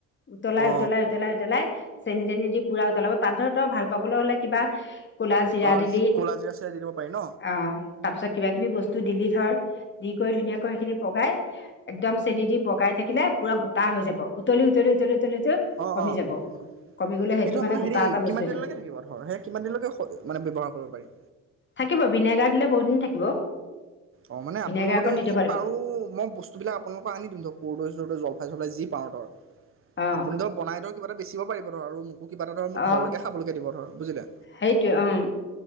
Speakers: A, on the left (about 40°); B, on the right (about 45°).
A: উতলাই
B: অ
A: - উতলাই - উতলাই - উতলাই চেনি-তেনি দি পুৰা উতলাব। তাত ধৰ তই ভাল পাবলৈ হলে কিবা ক'লা জিৰা
B: অ
A: দিলি।
B: ক'লা জিৰা চিৰা দি দিব পাৰি ন
A: অ' তাৰপিছত কিবা-কিবি বস্তু দিলি ধৰ। দি কৰি ধুনীয়াকৈ সেইখিনি পগাই একদম চেনি দি পগাই থাকিলে পুৰা গোটা হৈ যাব। উতলি - উতলি - উতলি - উতলি উতলি
B: অ'
A: কমি
B: - অ',
A: যাব
B: এইটো
A: কমি গ'লে সেইটো
B: আপোনাৰ
A: মানে গোটা
B: হেৰি
A: এটা বস্তু
B: কিমান
A: হৈ
B: দিনলৈকে
A: যাব
B: থাকিব? ধৰ সেই কিমানদিনলৈকে স মানে ব্যৱহাৰ কৰিব পাৰি?
A: থাকিব। ভিনেগাৰ দিলে বহুত দিন থাকিব।
B: অ' মানে
A: ভিনেগাৰ
B: আপোনাৰ লগতে
A: অকণ দি
B: যদি
A: দিব লাগিব
B: পাৰোঁ, মই বস্তুবিলাক আপোনালোকক আনি দিম দক। কৰ্দৈ জলফাই-চলফাই যি পাওঁ ধৰ
A: অ
B: আপুনি ধৰ বনাই দিয়ক। কিবা এটা বেচিব পাৰিব ধৰ আৰু মোক আকো কিবা এটা ধৰক মোক
A: অ
B: ঘৰলৈকে খাবলৈকে দিব ধৰ বুজিলা?
A: সেইটোৱে, উম।